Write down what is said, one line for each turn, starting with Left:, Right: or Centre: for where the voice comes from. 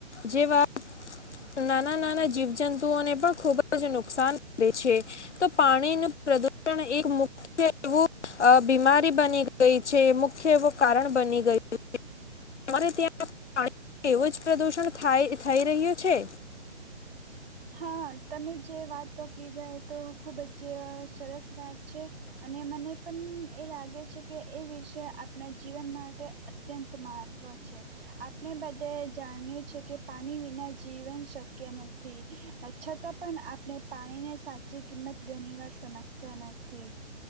Left: જેવા નાના નાના જીવજંતુઓને પણ ખુબ જ નુકસાન કરે છે તો પાણીનું પ્રદુષણ એક મુખ્ય એવું બીમારી બની ગઈ છે મુખ્ય એવું કારણ બની ગયું છે. તમારે ત્યાં પાણી એવું જ પ્રદૂષણ થઈ રહ્યું છે.
Right: હા તમે જે વાતો કીધા તો ખૂબ જ સરસ વાત છે અને મને પણ એ લાગે છે કે એ વિષય આપણા જીવન માટે અત્યંત મહત્ત્વ છે આપણે બધા જાણ્યું છે કે પાણી વિના જીવન શક્ય નથી. છતાં પણ આપણે પાણીની સાચી કિંમત ઘણી વાર સમજતા નથી